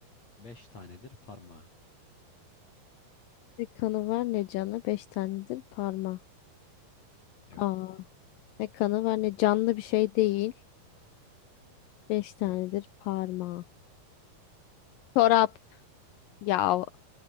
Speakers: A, on the left; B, on the left.
A: Beş tanedir parmağı.
B: Ne kanı var ne canı. Beş tanedir parma.
A: Evet
B: Aa. Ne kanı var ne canlı bir şey değil. Beş tanedir
A: evet.
B: parma. Çorap. Ya